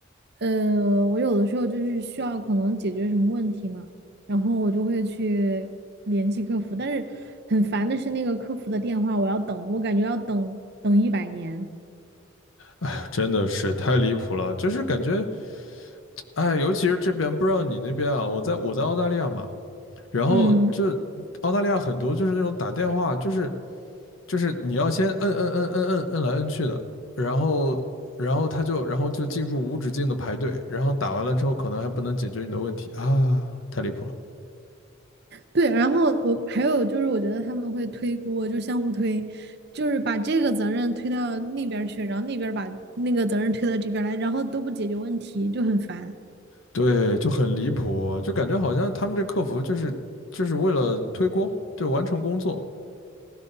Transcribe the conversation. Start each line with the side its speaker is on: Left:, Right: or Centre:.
Right: 呃，我有的时候就是需要可能解决什么问题嘛，然后我就会去联系客服，但是很烦的是那个客服的电话，我要等，我感觉要等等一百年。
Left: 哎呀，真的是太离谱了，就是感觉，哎，尤其是这边，不知道你那边啊，我在我在澳大利亚嘛，然后就澳大利亚很多就是那种打电话，
Right: 嗯，
Left: 就是就是你要先摁摁摁摁摁摁来摁去的，然后然后他就然后就进入无止境的排队，然后打完了之后可能还不能解决你的问题啊，太离谱了。
Right: 对，然后我还有就是，我觉得他们会推锅，就相互推，就是把这个责任推到那边儿去，然后那边儿把那个责任推到这边儿来，然后都不解决问题，就很烦。
Left: 对，就很离谱，就感觉好像他们这客服就是就是为了推锅，对，完成工作，